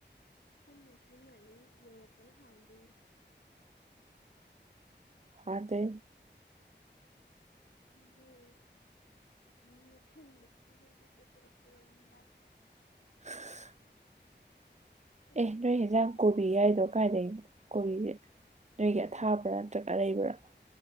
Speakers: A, on the left; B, on the right.
A: ꯈꯟꯅ ꯈꯟꯅ ꯑꯗꯨꯝ ꯌꯧꯔꯛꯄꯅ ꯍꯥꯟꯗꯣꯢꯅꯤ
B: ꯐꯥ ꯇꯦ
A: <unintelligible> ꯈꯪꯅ ꯈꯪꯅ ꯈꯪꯍꯧꯗꯦꯀꯣ ꯇꯧꯔꯛꯇꯣꯔꯕꯅꯦ ꯂꯥꯁꯇ꯫
B: <inaudible>
A: ꯑꯁ
B: ꯑꯦ
A: ꯑꯩ ꯀꯩꯅꯣꯝꯃ
B: ꯅꯣꯏ ꯌꯦꯟꯖꯥꯡ
A: ꯀꯥꯎ
B: ꯀꯣꯕꯤ ꯌꯥꯎꯏꯗꯣ ꯀꯥꯏꯗꯒꯤꯅꯣ ꯀꯣꯕꯤꯁꯦ? ꯅꯣꯏꯒꯤ
A: ꯀꯣꯕꯤ
B: ꯑꯊꯥꯕ꯭ꯔꯥ ꯅꯠꯇ꯭ꯔꯒ ꯑꯔꯩꯕ꯭ꯔꯥ
A: ꯅꯠꯇꯦ